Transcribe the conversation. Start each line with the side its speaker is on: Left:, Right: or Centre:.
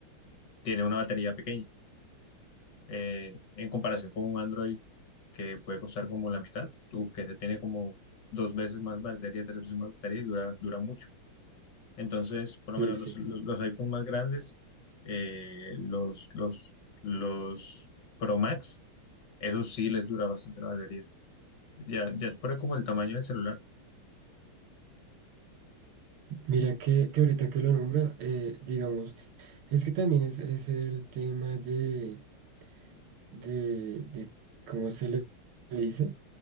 Left: tiene una batería pequeña. Eh, en comparación con un Android que puede costar como la mitad, uf, que se tiene como dos veces más batería, tres veces más batería y dura, dura mucho. Entonces, por lo
Right: Sí,
Left: menos
Right: sí.
Left: los, los, los iPhone más grandes, eh, los, los, los Pro Max, esos sí les dura bastante la batería. Ya, ya es por como el tamaño del celular.
Right: Mira que, que ahorita que lo nombras, eh, digamos, es que también es, es el tema de, de, de, ¿cómo se le dice?